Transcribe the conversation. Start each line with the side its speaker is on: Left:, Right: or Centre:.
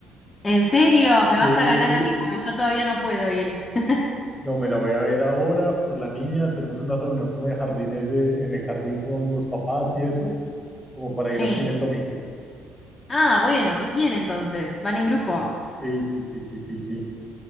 Left: ¿En serio?
Centre: Sí,
Left: Me vas a ganar a mí porque yo todavía no puedo ir. <laughs>
Centre: no, me la voy a ver ahora por la niña. Tenemos una reunión como de jardines de, en el jardín con los papás y eso, como para
Left: Sí.
Centre: ir así en el domingo.
Left: Ah, bueno, bien entonces, van en grupo.
Centre: Sí, sí, sí, sí, sí, sí. sí.